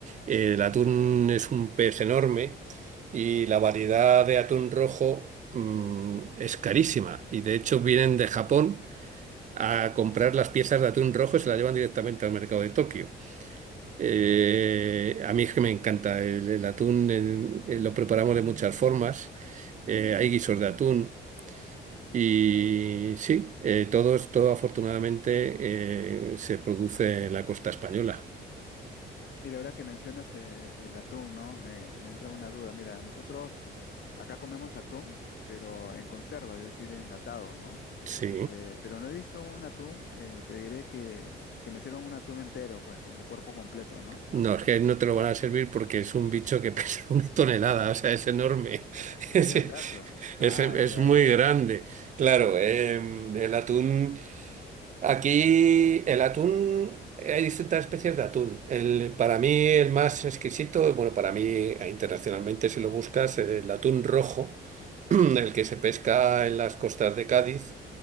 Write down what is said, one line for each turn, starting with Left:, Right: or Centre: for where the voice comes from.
Right: Eh, el atún es un pez enorme y la variedad de atún rojo, mm, es carísima. Y de hecho vienen de Japón a comprar las piezas de atún rojo y se las llevan directamente al mercado de Tokio. Eh, a mí es que me encanta el, el atún, en- eh, lo preparamos de muchas formas. eh, hay guisos de atún y sí, eh, todo, es- todo afortunadamente eh, se produce en la costa española.
Left: Mira, ahora que mencionas eh, el atún, ¿no? Me, me entra una duda. Mira, nosotros acá comemos atún, pero en conserva, es decir, enlatados, ¿no?
Right: Sí.
Left: Eh, pero no he visto un atún, eh, te diré que, que me sirvan un atún entero, pues, con el cuerpo completo, ¿no? Ah,
Right: No, es
Left: eh,
Right: que no
Left: nunca.
Right: te lo van a servir porque es un bicho que pesa <laughs> una tonelada, o sea, es enorme. <laughs>
Left: Es grandazo. Ah,
Right: Es, es, es
Left: ya,
Right: muy
Left: ya.
Right: grande. Claro, eh, el atún. Aquí el atún, hay distintas especies de atún. El, para mí el más exquisito, bueno, para mí eh, internacionalmente si lo buscas, el atún rojo, <clears throat> el que se pesca en las costas de Cádiz,